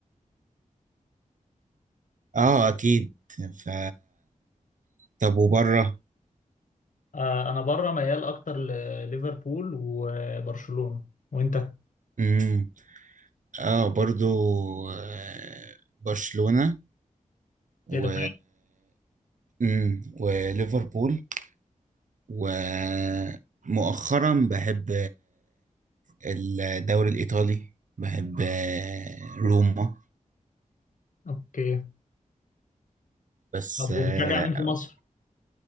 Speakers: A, on the right; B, on the left.
A: اه أكيد ف طب وبره؟
B: آه انا بره ميال اكتر لليفربول وبرشلونة وانت
A: امم اه برضو آه، برشلونة و
B: ايه ده
A: امم وليفربول ومؤخرا بحب الدوري الإيطالي بحب آه، روما
B: اوكي
A: بس
B: طب وبتشجع
A: آه،
B: مين في مصر